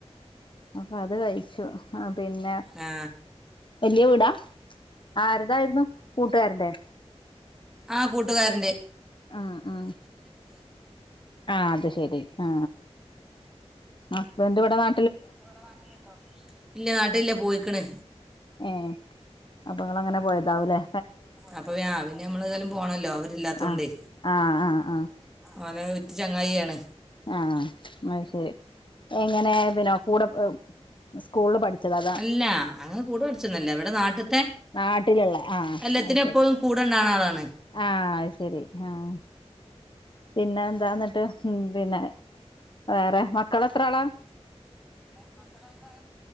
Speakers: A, on the left; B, in the centre.
A: അപ്പൊ അത് കഴിച്ചു ആ പിന്നെ
B: ആ
A: വലിയ വിടാ ആരുടെയായിരുന്നു കൂട്ടുകാരന്റെ
B: ആ കൂട്ടുകാരന്റെ
A: ആ ആ ആ അത് ശെരി ആ ഹസ്ബെന്റ് ഇവിടെ നാ
B: ഇടെ നാട്ടിലുണ്ടോ ഇല്ല്യ നാട്ടില്ല പോയിക്കണ്.
A: ഏ അപ്പൊങ്ങളങ്ങനെ പോയതാവൂലേ.
B: അപ്പൊ പിന്നെ നമ്മള്താലും പോണല്ലോ അവരില്ലാത്തോണ്ടെ
A: ആഹ് ആഹ് ആഹ് ആഹ്
B: ഓന്റെ ഉറ്റ ചങ്ങായിയാണ്.
A: ആഹ് അയ്‌ ശരി എങ്ങനെ പിന്നെ കൂടെ സ്കൂൾ പഠിചത അത
B: അല്ല അങ്ങകൂടെ പഠിചൊന്നല്ല വടെ നാട്ട്ത്തെ
A: നാട്ടിലുള്ള ആഹ്
B: എല്ലാത്തിനു
A: അത് ശരി
B: എപ്പഴു കൂടെണ്ടാവുണളാണ്.
A: ആഹ്, അഹ് ശരി ആഹ്. പിന്നെ എന്താന്നട്ട് പിന്നെ വേറെ മക്കൾ എത്ര ആളാ
B: മക്കളെത്രെലാ